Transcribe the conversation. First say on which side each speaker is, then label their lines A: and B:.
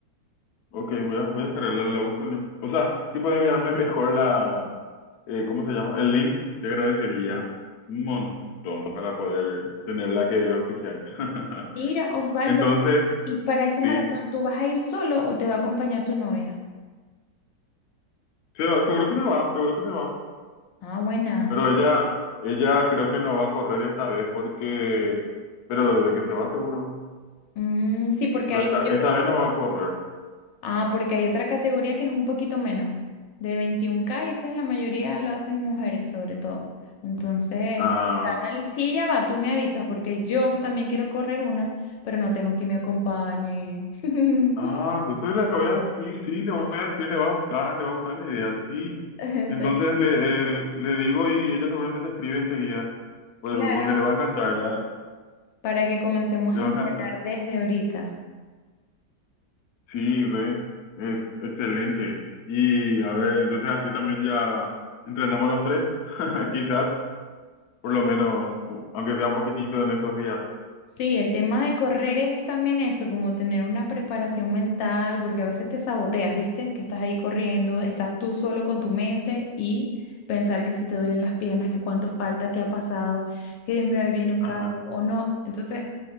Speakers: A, on the left; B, on the left.
A: Ok, voy a, voy a descargarla, la busco en el- O sea, si pueden enviarme mejor la... eh, ¿cómo se llama? El link, te agradecería un montón para poder tener la que es oficial. <laughs>
B: Mira, Osvaldo,
A: Entonces,
B: ¿y para ese
A: sí,
B: maratón tú vas a ir solo o te va a acompañar tu novia?
A: se va, seguro que se va, seguro que se va.
B: Ah, buena.
A: Pero ella, ella creo que no va a correr esta vez porque... Pero de que se va seguro.
B: Mm, sí, porque
A: Pero
B: ahí
A: esta,
B: yo
A: esta
B: creo
A: vez no va a correr.
B: Ah, porque hay otra categoría que es un poquito menos, de veintiún k y esa es la mayoría lo hacen mujeres sobre todo. Entonces,
A: Ah,
B: ¿qué tal? Si ella va, tú me avisas, porque yo también quiero correr una, pero no tengo quien me acompañe. <laughs>
A: Ah, entonces le voy a decir, sí, sí, le voy a decir, le va a gustar, le va a gustar la idea, sí.
B: En
A: Entonces
B: serio.
A: le, el- le digo y ella seguramente te escribe enseguida, pues,
B: Claro,
A: porque le va a encantar, ah,
B: para que comencemos
A: Le
B: a
A: va a
B: entrenar
A: encantar.
B: desde ahorita.
A: Sí, re, es excelente. Y a ver, entonces así también ya entrenamos los tres, <laughs> quizás, por lo menos, aunque sea un poquitito en estos días.
B: Sí, el tema de correr es, es también eso, como tener una preparación mental, porque a veces te saboteas, ¿viste? Que estás ahí corriendo, estás tú solo con tu mente y pensar que si te duelen las piernas, que cuánto falta, que ha pasado, que Dios mío, ahí viene un
A: Ajá.
B: carro o no. Entonces,